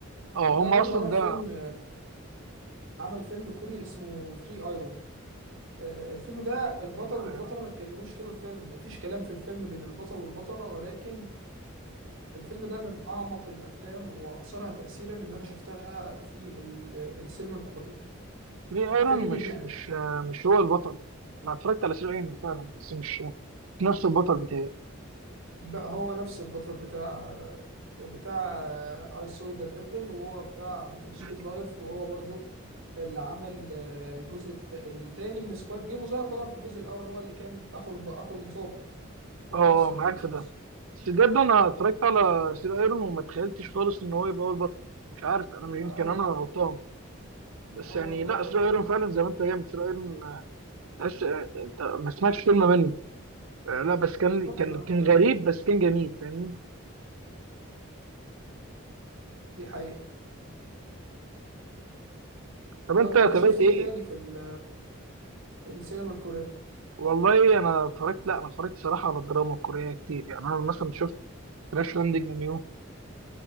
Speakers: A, on the right; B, on the right.
A: اه
B: ده
A: هم
B: برضو
A: اصلا
B: عمل
A: ده
B: فيلم عمل فيلم كوري اسمه ثري ايرون آه، الفيلم ده البطل
A: آه،
B: والبطله ما اتكلموش طول الفيلم مفيش كلام في الفيلم بين البطل والبطله ولكن الفيلم ده من اعمق الافلام واكثرها تاثيرا اللي انا شفتها في ال- السينما الكوريه
A: تري ايرون
B: فيلم
A: مش
B: بيحكي
A: مش آه، مش هو البطل انا اتفرجت على تري ايرون فعلا بس مش مش نفس البطل بتاعي
B: ده هو نفس البطل بتاع بتاع آه، I saw the devil وهو بتاع بيتر سويت
A: اه
B: لايف وهو برضو اللي عمل آه، الجزء الت- التاني من سكواد جيم وظهر طبعا في الجزء الاول هو اللي كان اخو الب... اخو الضابط هو
A: آه،
B: نفس الشخص
A: معاك في ده بس بجد انا اتفرجت على سير ايرون وما تخيلتش خالص ان هو يبقى هو البطل مش عارف انا مش-
B: لا
A: يمكن
B: هو
A: انا
B: ال-
A: غلطان بس
B: هو
A: يعني
B: البطل
A: لا سير ايرون فعلا زي ما انت جامد سير ايرون آه، تحس آه، انت ما سمعتش كلمه منه آه، لا بس كان
B: بالظبط
A: كان
B: اللي انا
A: كان
B: كان
A: غريب بس كان جميل فاهمني
B: دي حقيقة
A: طب
B: طب
A: انت تابعت
B: انت شفت ايه
A: ايه
B: تاني في ال... في السينما الكورية
A: والله انا اتفرجت لا انا اتفرجت صراحه على الدراما الكوريه كتير يعني انا مثلا شفت كراش لاندنج اون يو